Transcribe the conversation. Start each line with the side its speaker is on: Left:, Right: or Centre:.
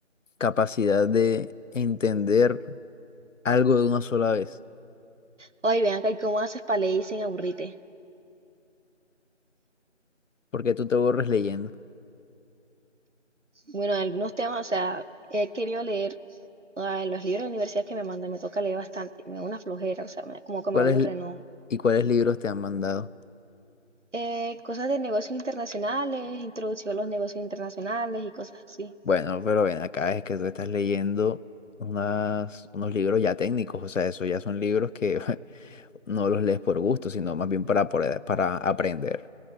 Left: capacidad de entender algo de una sola vez,
Right: Oye, vean acá, ¿y cómo haces para leer sin aburrirte?
Left: porque tú te borres leyendo.
Right: Bueno, algunos temas, o sea, he querido leer, ah, en los libros de la universidad que me mandan, me toca leer bastante, me da una flojera, o sea, me- como que
Left: ¿Cuáles
Right: me aburre, ¿no?
Left: y cuáles libros te han mandado?
Right: Eh, cosas de negocios internacionales, introducción a los negocios internacionales y cosas así.
Left: Bueno, pero ven acá, es que tú estás leyendo unas, unos libros ya técnicos, o sea, esos ya son libros que <laughs> no los lees por gusto, sino más bien para, poder- para aprender.